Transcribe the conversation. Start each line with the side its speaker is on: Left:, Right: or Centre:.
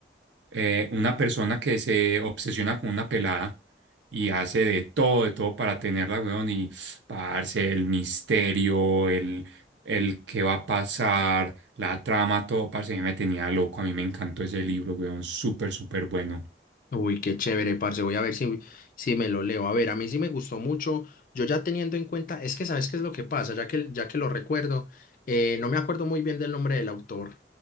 Right: eh, una persona que se obsesiona con una pelada y hace de todo, de todo para tenerla, weón. Y, parce, el misterio, el, el qué va a pasar, la trama, todo, parce, a mí me tenía loco. A mí me encantó ese libro, weón. Súper, súper bueno.
Left: Uy, qué chévere, parce. Voy a ver si, si me lo leo. A ver, a mí sí me gustó mucho. Yo ya teniendo en cuenta, es que sabes qué es lo que pasa, ya que, ya que lo recuerdo, eh, no me acuerdo muy bien del nombre del autor,